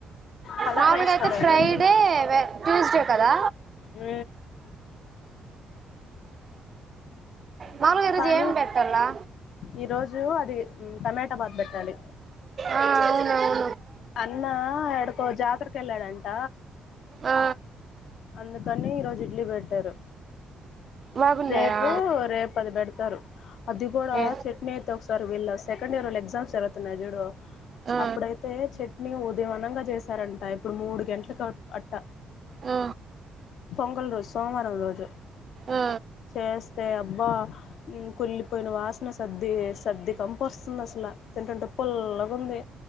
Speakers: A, on the left; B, on the right.
A: కలర్
B: మామూలుగా
A: రైస్
B: అయితే
A: కదా
B: ఫ్రైడే
A: ఈరోజు
B: ట్యూస్డే కదా
A: ఉ
B: మాములుగా ఈ రోజు
A: కానీ
B: ఏమ్ పెడతారు రా
A: ఈరోజు అది టమాటా బాత్ పెట్టాలి
B: ఆ అవునవు
A: అన్నా యాడకో జాతరకు వెళ్ళాడంట
B: ఆ
A: అందుక్ కానీ ఈరోజు ఇడ్లీ పెట్టారు
B: బాగున్నాయా
A: రేపు రేపు అది పెడతారు అది కూడా
B: ఏ
A: చట్నీ అయితే ఒకసారి వీళ్ళ సెకండ్ ఇయరోళ్ల ఎగ్జామ్స్ జరుగుతున్నాయి చూడు
B: ఆ
A: అప్పుడైతే నింగ్ ఉదయమనంగా చేశారంట ఇప్పుడు మూడు గంటలకు అవు అట్ట
B: ఆ
A: పొంగల్ రోజు సోమవారం రోజు
B: ఆ
A: చేస్తే అప్ బ్బా కుల్లిపోయిన వాసన సద్ది సద్ది కంపు కంపు వస్తుంది అసలు తింటుంటే పుల్లగా ఉంది